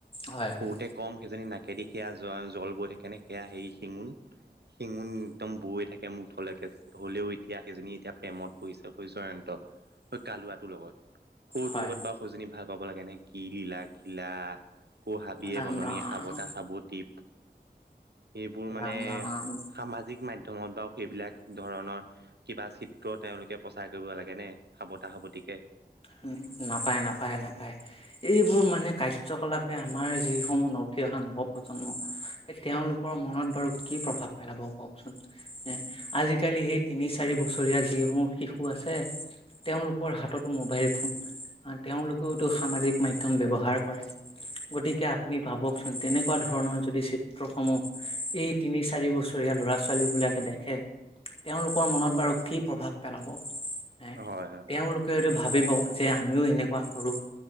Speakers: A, on the left; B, on the right.
A: হয়
B: সৰুতে
A: হয়
B: কম সেইজনী না কেদিখেৰা জ জল বৈ থাকে নে সেয়া হেৰি শিঙোন শিঙুন একদম বৈ থাকে মুখলৈকে হলেও এতিয়া সেইজনী এতিয়া প্ৰেমত পৰিছেগৈ জয়ন্ত হৈ কালুৱাটোৰ লগত সৰুটোৰ
A: হয়
B: লগত বা সৰুজনী ভাল পাব লাগে নে কি লীলা খিলা অ হাবিয়ে
A: ৰাম
B: বননিয়ে
A: ৰাম
B: সাবতা সাবতি এইবোৰ মানে
A: ৰাম ৰাম
B: সামাজিক মা ধ্যমত বাও সেইবিলাক ধৰণৰ কিবা চিত্ৰ তেওঁলোকে প্ৰচাৰ কৰিব লাগে নে সাবতা সাবতিকে
A: উম নাপায় নাপায় নাপায় এইবোৰ মানে কাৰ্যকলাপে আমাৰ যিসমূহ ন উঠি অহা নৱপ্ৰজন্ম এ তেওঁলোকৰ মনত বাৰু কি প্ৰভাৱ পেলাব কওকচোন এ আজিকালি সেই তিনি চাৰি বছৰীয়া যিসমূহ শিশু আছে তেওঁলোকৰ হাততো মো বাইল ফোন তেওঁলোকেতো সামাজিক মাধ্যম ব্যৱহাৰ কৰে। গতিকে আপুনি ভাবকচোন তেনেকোৱা ধৰণৰ যদি চিত্ৰসমূহ এই তিনি চাৰি বছৰীয়া ল'ৰা ছোৱালী বিলাকে দেখে তেওঁলোকৰ মনত বাৰু কি প্ৰভাৱ পেলাব। হে
B: হয় হয় হয়
A: তেওঁলোকে হয়টো ভাবিব যে আমিও এনেকোৱা কৰোঁ।